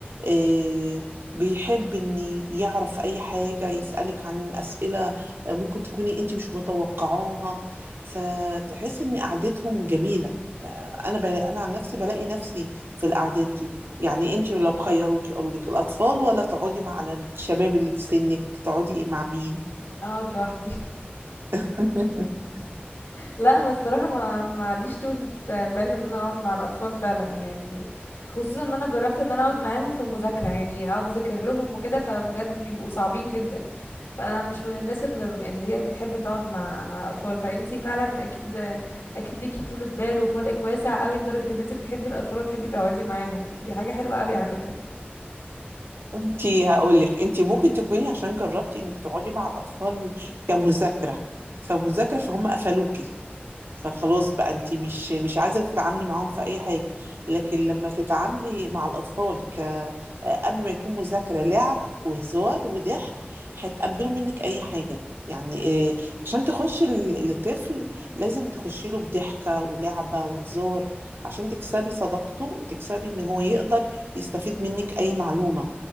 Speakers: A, on the right; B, on the left.
A: آآ بيحب إن يعرف أي حاجة، يسألِك عن أسئلة ممكن تكوني أنتِ مش متوقعاها، فتحسي إن قعدتهم جميلة، آآ أنا بالا أنا عن نفسي بالاقي نفسي في القعدات دي. يعني أنتِ لو خيّروكِ قالوا لِك الأطفال والّا تقعدي مع ال الشباب اللي في سِنِّك، تقعدي مع مين؟
B: اقعد لوحدي <laughs>
A: <laughs>
B: لا انا الصراحه ما معليش طول بال ان انا اقعد مع الاطفال فعلا يعني خصوصا ان انا جربت ان انا اقعد معاهم في مذاكره يعني اقعد اذاكر لهم وكده فبجد بيبقوا صعبين جدا فانا مش من الناس اللي اللي هي بتحب تقعد مع مع الاطفال فانتي فعلا اكيد اكيد ليكي طولة بال وخلقك واسع قوي لدرجه ان انتي بتحبي الاطفال وتحبي تقعدي معاهم دي حاجه حلوه قوي على فكره
A: أنتِ هاقول لِك، أنتِ ممكن تكوني عشان جرّبتِ إنِّك تقعدي مع الأطفال كمذاكرة، فمذاكرة فهُم قفلوكِ. فخلاص بقى أنتِ مش مش عايزة تتعاملي معاهم في أي حاجة، لكن لمّا تتعاملي مع الأطفال ك آآ قبل ما يكون مذاكرة، لعب وهزار وضحك، هيتقبّلوا منِّك أي حاجة. يعني آآ عشان تخُشّي ال الطفل لازم تخُشّي له بضحكة ولعبة وهزار، عشان تكسبي صداقته وتكسبي إن هو يقدر يستفيد منِّك أي معلومة.